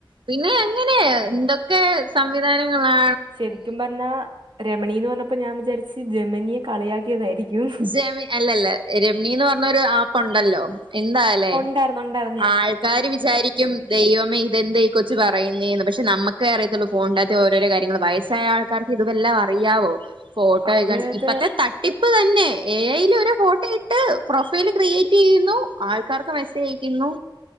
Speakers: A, on the right; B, on the right.
A: പിന്നെ അങ്ങനെ എന്തൊക്കെ സംവിധാനങ്ങളാ?
B: ശരിക്കും പറഞ്ഞാ രമണീ ന്ന് പറഞ്ഞപ്പോ ഞാൻ വിചാരിച്ച് ജമനിയെ കളിയാ ട്ടിയതായിരിക്കും.
A: ജമി അല്ലല്ല രമ്ണീന്ന് പറഞ്ഞൊരു ആപ്പുണ്ടല്ലോ എന്തായാലേ
B: ഉണ്ടായിരുന്നുണ്ടായിരുന്നു.
A: ആൾക്കാര് വിചാരിക്കും. ദൈവമേ ഇതെന്തെയി കൊച്ച് പറയുന്നെന്ന്. പക്ഷെ നമുക്ക അറിയത്തുള്ളൂ ഫോൺടകത്ത ഓരോരോ കാര്യങ്ങള് വയസ്സായ ക്കാർക്ക് ഇതെല്ലാം അറിയാവോ ഫോട്ടോക്കാ
B: അതെ അതെ
A: ഇപ്പത്തെ ത ടിപ്പ് തന്നെ എ ഐ ല് ഒരോ ഫോട്ടോ ഇട്ട് പ്രൊഫൈൽ ക്രിയേറ്റ് ചെയ്യുന്നു. ആൾക്കാർക്ക് മെസ്സേജ് യക്കുന്നു. ഇന്നോ